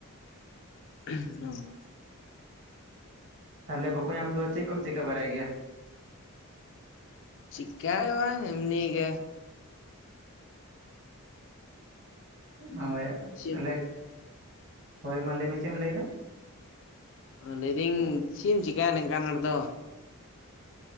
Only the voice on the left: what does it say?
ᱚ
ᱪᱤᱠᱟᱹ ᱦᱚᱸ ᱵᱟᱝ ᱮᱢᱱᱤ ᱜᱮ᱾
ᱪᱮᱫ
ᱞᱟᱹᱭ ᱫᱟᱹᱧ ᱪᱮᱫ ᱮᱢ ᱪᱤᱠᱟᱭᱟ ᱱᱚᱝᱠᱟᱱ ᱦᱚᱲ ᱫᱚ᱾